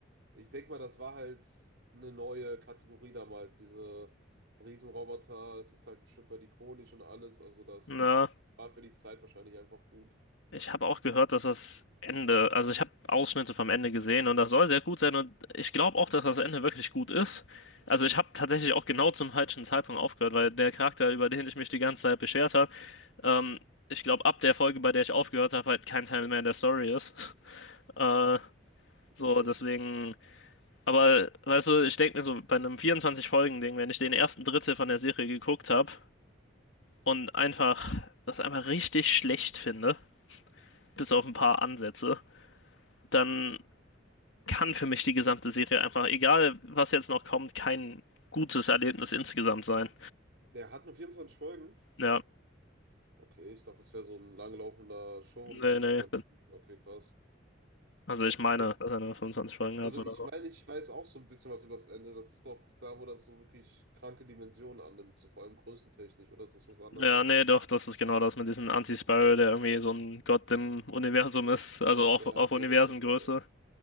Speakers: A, on the right (about 70°); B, on the left (about 80°).
A: Ich denke mal, das war halt eine neue Kategorie damals. Diese Riesenroboter, es ist halt ein Stück weit ikonisch und alles. Also, das
B: Na,
A: war für die Zeit wahrscheinlich einfach gut.
B: ich habe auch gehört, dass das Ende, also ich habe Ausschnitte vom Ende gesehen und das soll sehr gut sein und ich glaube auch, dass das Ende wirklich gut ist. Also
A: Mhm.
B: ich habe tatsächlich auch genau zum falschen Zeitpunkt aufgehört, weil der Charakter, über den ich mich die ganze Zeit beschert habe, ähm, ich glaube ab der Folge, bei der ich aufgehört habe, halt kein Teil mehr der Story ist. <laughs> Äh,
A: Ja.
B: so,
A: Okay.
B: deswegen, aber weißt du, ich denke mir so, bei einem vierundzwanzig folgen ding wenn ich den ersten Drittel von der Serie geguckt habe, und einfach das einfach richtig schlecht finde, bis auf ein paar Ansätze, dann kann für mich die gesamte Serie einfach, egal was jetzt noch kommt, kein gutes Erlebnis insgesamt sein.
A: Der hat nur 24 Folgen?
B: Ja,
A: Okay, ich dachte, das wäre so ein langlaufender Schon
B: nee,
A: wie
B: nee.
A: die ganzen. Okay, krass.
B: Also ich meine,
A: Ist,
B: dass er nur 25 Folgen
A: also
B: hat oder
A: ich
B: so.
A: meine, ich weiß auch so ein bisschen was über das Ende. Das ist doch da, wo das so wirklich kranke Dimensionen annimmt, so vor allem größentechnisch, oder ist das was anderes?
B: Ja, nee, doch, das ist genau das mit diesem Anti-Spiral, der irgendwie so ein Gott im Universum ist, also auf,
A: Ja,
B: auf
A: okay,
B: Universengröße.
A: doch, doch, doch, doch.